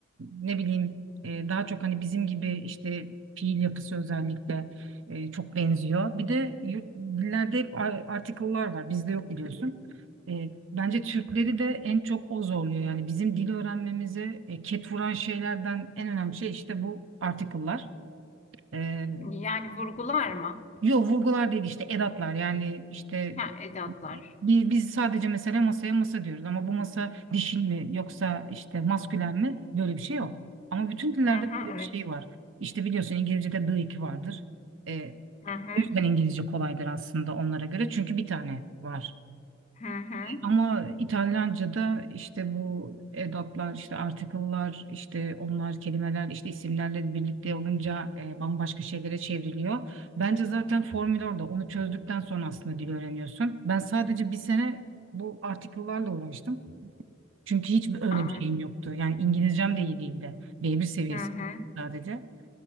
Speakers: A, on the right; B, on the left.
A: ne bileyim e, daha çok hani bizim gibi işte fiil yapısı özellikle e, çok benziyor. Bir de yurt, dillerde hep ar- article'lar var. Bizde yok biliyorsun. E, bence Türkleri de en çok o zorluyor. Yani bizim dil öğrenmemize e, ket vuran şeylerden en önemli şey işte bu article'lar. E,
B: Yani vurgular mı?
A: Yok vurgular değil işte edatlar yani işte
B: Ha, edatlar.
A: bi- biz sadece mesela masaya masa diyoruz ama bu masa dişil mi yoksa işte maskülen mi böyle bir şey yok. Ama bütün dillerde
B: Hı hı,
A: böyle
B: evet.
A: bir şey var. İşte biliyorsun İngilizce'de the iki vardır. Ee,
B: Hı hı,
A: o yüzden İngilizce kolaydır aslında onlara göre çünkü bir tane var.
B: hı hı.
A: Ama İtalyanca'da işte bu edatlar, işte article'lar, işte onlar kelimeler, işte isimlerle birlikte olunca e, bambaşka şeylere çevriliyor. Bence zaten formül orada. Onu çözdükten sonra aslında dil öğreniyorsun. Ben sadece bir sene bu article'larla uğraştım. Çünkü hiç öyle
B: Anladım.
A: bir şeyim yoktu. Yani İngilizcem de iyi değildi. B1 seviyesi
B: Hı hı,
A: sadece.